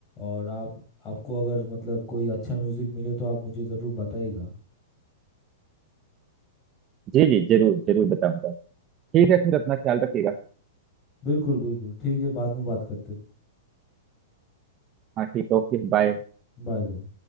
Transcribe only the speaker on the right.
जी जी जरूर जरूर बताऊंगा ठीक है फिर अपना ख्याल रखिएगा
हाँ ठीक है, ओके बाय